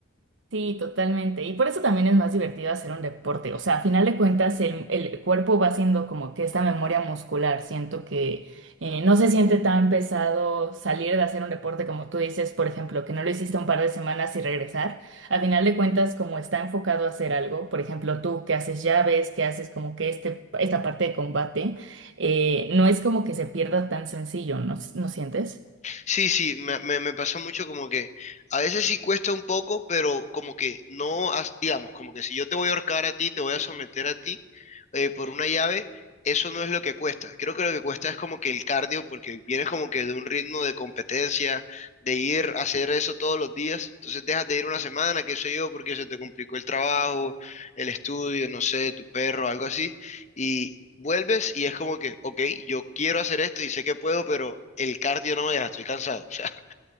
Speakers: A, on the right; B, on the left.
A: Sí, totalmente. Y por eso también es más divertido hacer un deporte. O sea, a final de cuentas, el, el cuerpo va haciendo como que esta memoria muscular. Siento que eh, no se siente tan pesado salir de hacer un deporte como tú dices, por ejemplo, que no lo hiciste un par de semanas y regresar. A final de cuentas, como está enfocado a hacer algo, por ejemplo, tú que haces llaves, que haces como que este, esta parte de combate, eh, no es como que se pierda tan sencillo, ¿no, no sientes?
B: Sí, sí, me, me, me pasa mucho como que a veces sí cuesta un poco, pero como que no, has- digamos, como que si yo te voy a ahorcar a ti, te voy a someter a ti eh, por una llave, eso no es lo que cuesta. Creo que lo que cuesta es como que el cardio, porque vienes como que de un ritmo de competencia, de ir a hacer eso todos los días, entonces dejas de ir una semana, qué sé yo, porque se te complicó el trabajo, el estudio, no sé, tu perro, algo así y vuelves y es como que, ok, yo quiero hacer esto y sé que puedo, pero el cardio no me deja, estoy cansado. <laughs> O sea,